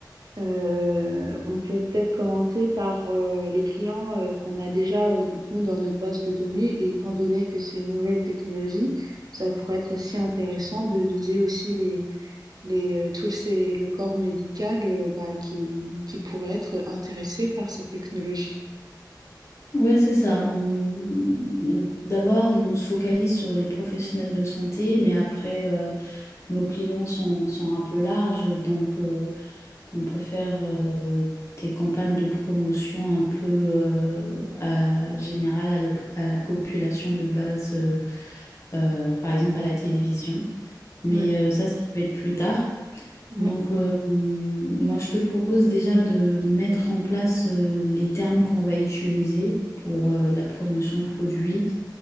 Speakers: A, on the right; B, on the left.
A: Euh, on peut peut-être commencer par euh, les clients euh, qu'on a déjà euh, nous, dans notre base de données. Et étant donné que c'est une nouvelle technologie, ça pourrait être aussi intéressant de viser aussi les, les, euh, tout ces- le corps médical euh, bah, qui, qui pourrait être intéressé par cette technologie.
B: Ouais, c'est ça. On- D'abord, on se focalise sur les professionnels de santé, mais après, euh, nos clients sont, sont un peu larges, donc... euh, On peut faire euh, des campagnes de promotion un peu euh, à, générales à, la à la population de base, euh, euh, par exemple à la télévision. Mais
A: Ouais,
B: euh, ça, ça peut être plus tard.
A: ouais.
B: Donc, euh, hum, moi, je te propose déjà de mettre en place euh, les termes qu'on va utiliser pour euh, la promotion de produits.